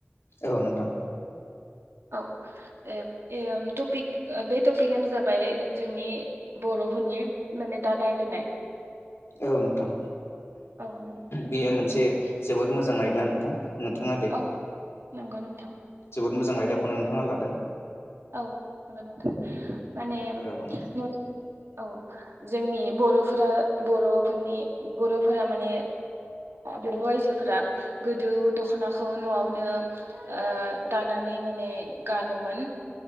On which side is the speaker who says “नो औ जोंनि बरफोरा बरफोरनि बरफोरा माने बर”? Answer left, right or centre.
Right